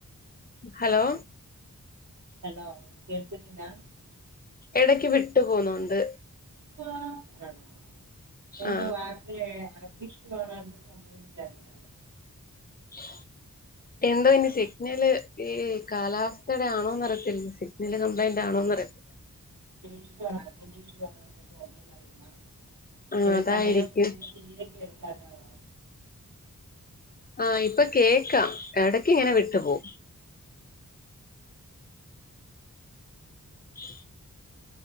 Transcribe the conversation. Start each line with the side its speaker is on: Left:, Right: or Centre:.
Left: ഹലോ.
Right: ഹലോ കേൾക്ക്ന്നില്ലാ
Left: എടക്ക് വിട്ടു പോവുന്നുണ്ട്.
Right: സുഖവാണ് ആണോ എന്തുവാ.
Left: ആ
Right: <unintelligible> വിഷ്ണു വരാണ്ട് സംഭവം ഇൻക്കറിയില്ല
Left: <inaudible> എന്തോ ഇനി സിഗ്നല് ഈ കാലാവസ്ഥയുടെ ആണോന്ന് അറിയത്തില്ല സിഗ്നല് കംപ്ലൈന്റ് ആണോന്ന് അറിയത്തില്ലാ
Right: <unintelligible> എന്താ പ്രോബ്ലം എന്താ അറിയില്ല
Left: ആ
Right: ചെലെ
Left: അതായിരിക്കും
Right: സമയം പിന്നെ തീരെ കേൾക്കാതാവാ
Left: ആഹ് ഇപ്പൊ കേക്കാം എടക്ക് ഇങ്ങനെ വിട്ടു പോവും <inaudible>